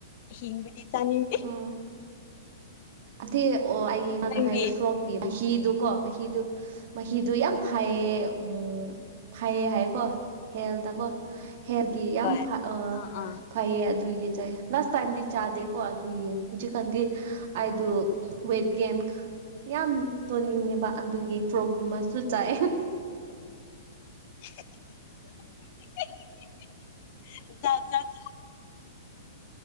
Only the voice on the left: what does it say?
ꯍꯤꯡꯕꯗꯤ ꯆꯥꯅꯤꯡ꯫
ꯅꯪꯗꯤ
ꯍꯣꯏ
ꯑꯥ ꯑꯥ
<unintelligible> ꯖꯥꯠ ꯖꯥꯠ